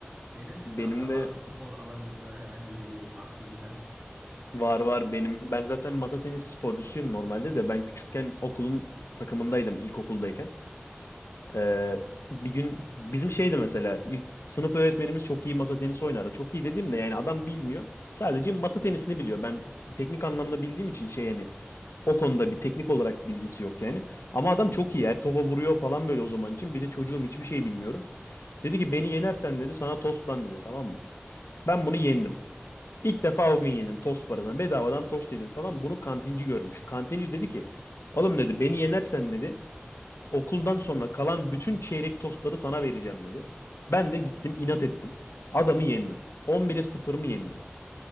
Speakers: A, on the right (about 30°); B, on the left (about 85°).
A: Senin kanka
B: Benim
A: var
B: de
A: mı spor alanında herhangi bir aktiviten?
B: var var benim. Ben zaten masa tenisi sporcusuyum normalde de ben küçükken okulun takımındaydım ilkokuldayken. Ee, bir gün bizim şeydi mesela ilk sınıf öğretmenimiz çok iyi masa tenisi oynardı. Çok iyi dediğimde yani adam bilmiyor. Sadece masa tenisini biliyor. Ben teknik anlamda bildiğim için şey yani o konuda bir teknik olarak bilgisi yok yani. Ama adam çok iyi. Her topa vuruyor falan böyle o zaman için. Bir de çocuğum hiçbir şey bilmiyorum. Dedi ki beni yenersen dedi sana tost lan dedi tamam mı? Ben bunu yendim. İlk defa o gün yendim tost parasına. Bedavadan tost yedim falan. Bunu kantinci görmüş. Kantinci dedi ki oğlum dedi beni yenersen dedi Okuldan sonra kalan bütün çeyrek tostları sana vereceğim dedi. Ben de gittim inat ettim. Adamı yendim. 11'e sıfır mı yendim?